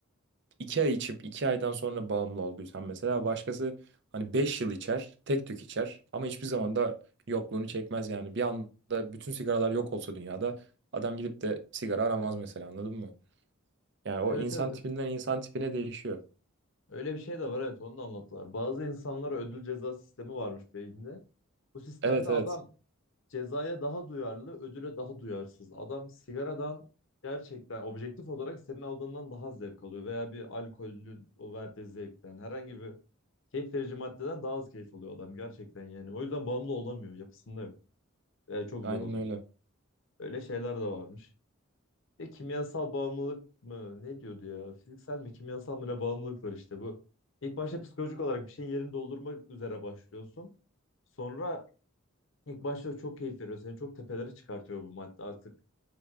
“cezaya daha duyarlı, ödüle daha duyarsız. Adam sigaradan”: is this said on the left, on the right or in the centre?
Left